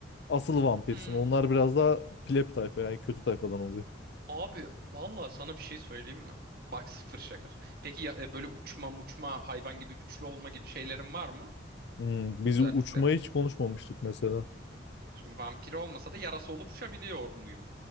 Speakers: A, on the left; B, on the right.
A: Asıl vampirsin.
B: Hmm.
A: Onlar biraz daha pleb tayfa yani kötü tayfadan oluyor.
B: Abi valla sana bir şey söyleyeyim mi? Bak sıfır şakası. Peki ya, e, böyle uçma muçma hayvan gibi güçlü olma gibi şeylerin var mı?
A: Hmm, biz
B: Özelliklerim.
A: uçmayı hiç konuşmamıştık mesela.
B: Şimdi vampir olmasa da yarası olup uçabiliyor muyum?